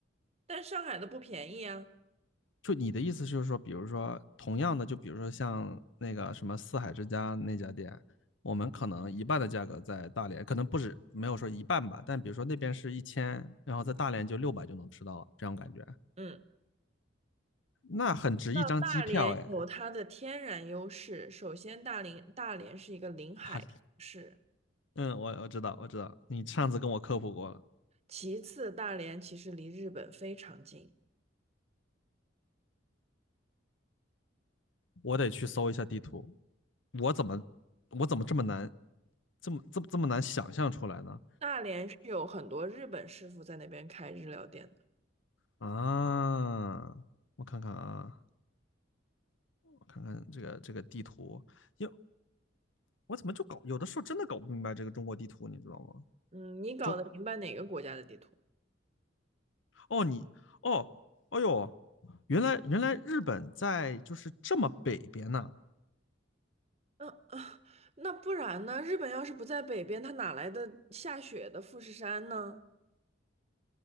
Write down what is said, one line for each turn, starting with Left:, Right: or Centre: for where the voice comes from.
Right: 但上海的不便宜啊，
Left: 就你的意思就是说，比如说同样的，就比如说像那个什么四海之家那家店，我们可能一半的价格在大连，可能不止没有说一半吧，但比如说那边是一千，然后在大连就六百就能吃到了这样感觉
Right: 嗯。
Left: 那很值一张机票哎，
Right: 到大连有它的天然优势，首先大连大连是一个临海城市。
Left: 大理。嗯，我我知道我知道，你上次跟我科普过了，
Right: 其次，大连其实离日本非常近，
Left: 我得去搜一下地图，我怎么我怎么这么难，这么这么这么难想象出来呢？
Right: 大连是有很多日本师傅在那边开日料店的。
Left: 啊，我看看啊。我看看这个这个地图，因为我怎么就搞有的时候真的搞不明白这个中国地图，你知道吗？
Right: 嗯，你搞得明白哪个国家的地图？
Left: 中哦你哦哦哟，原来原来日本在就是这么北边呐、啊
Right: 嗯啊，那不然呢？日本要是不在北边，它哪来的下雪的富士山呢？